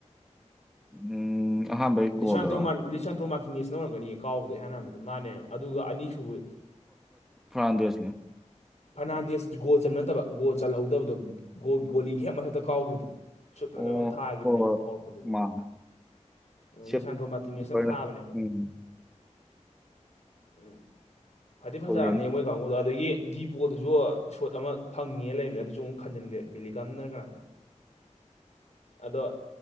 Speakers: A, in the centre; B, on the left.
A: ꯎꯝ ꯑꯍꯥꯟꯕꯩ
B: ꯂꯤꯁꯥꯟꯇ꯭ꯔꯣ
A: ꯒꯣꯜꯗꯨꯔꯣ
B: ꯂꯤꯁꯥꯟꯇ꯭ꯔꯣ ꯃꯥꯇꯤꯅꯤꯁꯅ ꯑꯣꯏꯔꯝꯒꯅꯤ ꯀꯥꯎꯕꯗ ꯏꯍꯥꯟ ꯍꯥꯟꯕꯗ ꯃꯥꯅꯦ ꯑꯗꯨꯒ ꯑꯅꯤꯁꯨꯕ
A: ꯐꯔꯥꯟꯗꯁꯅꯦ
B: ꯐꯔꯅꯥꯟꯗꯦꯁ ꯒꯣꯜ ꯆꯟ ꯅꯠꯇꯕ ꯒꯣꯜꯍꯧꯗꯕꯗꯣ ꯒꯣꯜ ꯒꯣꯂꯤꯒꯤ ꯍꯦꯛ ꯃꯊꯛꯇ ꯀꯥꯎꯈꯤꯕꯗꯨꯣ ꯁꯨꯠ ꯐꯖꯕ
A: ꯑꯣ
B: ꯑꯃ ꯊꯥꯈꯤꯕꯅꯦꯕ
A: ꯍꯣꯏ ꯍꯣꯏ
B: ꯍꯧꯔꯛꯄꯗꯁꯨ
A: ꯃꯥꯅꯦ ꯁꯦꯞ
B: ꯂꯩꯁꯥꯟꯗ꯭ꯔꯣ ꯃꯇꯤꯉꯦꯁꯅ
A: ꯀꯤꯄꯔꯅꯦ.
B: ꯊꯥꯕꯅꯦꯕ
A: ꯎꯝ
B: ꯎꯝ ꯐꯗꯤ ꯐꯖꯝꯅꯦ
A: ꯐꯨꯜ ꯅꯦꯝ
B: ꯃꯣꯏ ꯀꯥꯡꯕꯨꯨꯗꯣ ꯑꯗꯨꯗꯒꯤ ꯗꯤꯄꯣꯜꯗꯨꯁꯨ ꯁꯣꯠ ꯑꯃ ꯐꯪꯉꯉꯦ ꯂꯩꯔꯕꯅꯦ ꯑꯗꯨꯁꯨ ꯑꯃꯨꯛ ꯈꯟꯖꯤꯟꯈ꯭ꯔꯦ ꯕꯦꯂꯤ ꯀꯝꯅꯔꯒ ꯑꯗꯣ